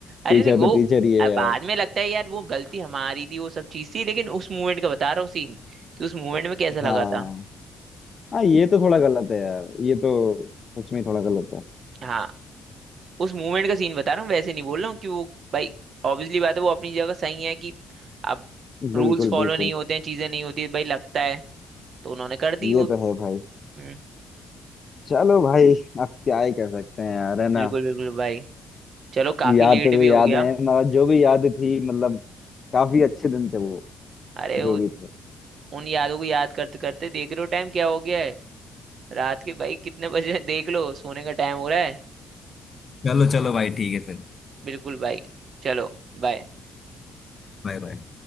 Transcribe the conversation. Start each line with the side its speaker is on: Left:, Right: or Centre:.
Right: अरे
Left: टीचर
Right: नहीं वो
Left: तो टीचर ही है
Right: अ,
Left: यार
Right: बाद में लगता है यार वो गलती हमारी थी वो सब चीज थी लेकिन उस मूवमेंट का बता रहा हूँ सीन कि उस मूवमेंट में कैसा लगा
Left: हाँ
Right: था
Left: हाँ ये तो थोड़ा गलत है यार ये तो सच में थोड़ा गलत है
Right: हाँ उस मूवमेंट का सीन बता रहा हूँ वैसे नहीं बोल रहा हूँ कि वो भाई ऑब्वियसली बात है वो अपनी जगह सही है कि अब रूल्स
Left: बिल्कुल
Right: फॉलो
Left: बिल्कुल
Right: नहीं होते हैं चीजें नहीं होती भाई लगता है तो उन्होंने कर दी वो
Left: ये तो है भाई
Right: हम्म,
Left: चलो भाई अब क्या ही कर सकते हैं यार है ना
Right: बिल्कुल बिल्कुल भाई चलो काफी
Left: यादें
Right: लेट
Left: तो
Right: भी
Left: यादें
Right: हो गया
Left: हैं मगर जो भी यादें थी मतलब काफी अच्छे दिन थे वो
Right: अरे उ-
Left: जो भी थे
Right: उन यादों को याद करते करते देख लो टाइम क्या हो गया है रात के भाई कितने बजे हैं, देख लो सोने का टाइम हो रहा है
Left: चलो चलो भाई ठीक है फिर
Right: बिल्कुल भाई चलो बाय
Left: Bye bye